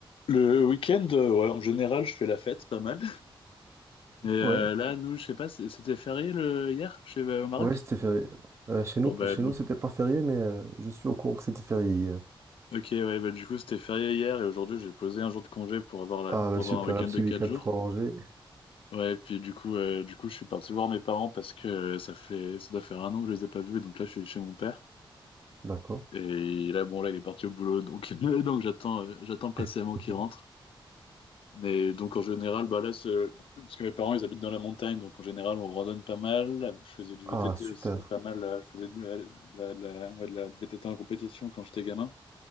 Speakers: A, on the left; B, on the right.
A: Le week-end, euh, ouais, en général, je fais la fête, pas mal. Et euh,
B: Ouais,
A: là, nous, je sais pas, c- c'était férié le hier, chez euh, au Maroc?
B: Ouais, c'était férié. Euh, chez
A: Bon
B: nous,
A: bah,
B: chez
A: m-
B: nous, c'était pas férié, mais euh, je suis au courant que c'était férié hier.
A: ok, ouais, bah du coup, c'était férié hier et aujourd'hui, j'ai posé un jour de congé pour avoir la-
B: Ah, bah,
A: pour
B: super,
A: avoir un week-end
B: un petit
A: de 4
B: week-end
A: jours.
B: prolongé.
A: Ouais, puis du coup, euh, du coup, je suis parti voir mes parents parce que euh, ça fait, ça doit faire un an que je les ai pas vus, donc là, je suis chez mon père.
B: D'accord.
A: Et là, bon, là, il est parti au boulot, donc, <laughs> donc j'attends, euh, j'attends patiemment
B: <laughs>
A: qu'il rentre. Mais donc, en général, bah là, c'est- parce que mes parents, ils habitent dans la montagne, donc en général, on randonne pas mal. Je faisais du
B: Ah,
A: VTT
B: super.
A: aussi, pas mal. là. je faisais de la, de la- de la- ouais, de la- du VTT en compétition quand j'étais gamin.